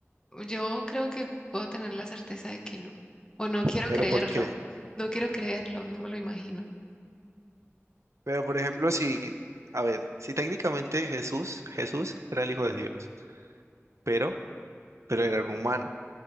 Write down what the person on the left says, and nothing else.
Yo creo que puedo tener la certeza de que no. O no quiero
creerlo.
No quiero creerlo, no me lo imagino.